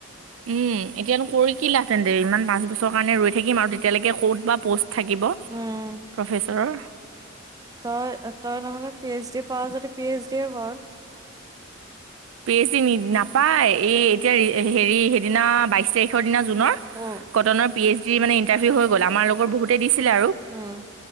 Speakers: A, on the right; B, on the right.
A: উম, এতিয়ানো কৰি কি লাহ তেন্ত ইমান পাঁচ বছৰ কাৰণে ৰৈ থাকিম আৰু তেতিয়ালৈকে ক'ত বা পষ্ট থাকিব
B: উম
A: প্ৰফেচৰৰ
B: তই তই নহ'লে পি এইচ ডি পাৰ যদি পি এইচ ডি কৰ।
A: বেছি নাপায় এই এতিয়া হেৰি সেইদিনা বাইশ তাৰিখৰ দিনা। জুনৰ
B: উম
A: কটনৰ পি এছ দি মানে ইণ্টাৰভিউ হৈ গল আমাৰ লগৰ বহুতে দিছে। ছিলে আৰু
B: উম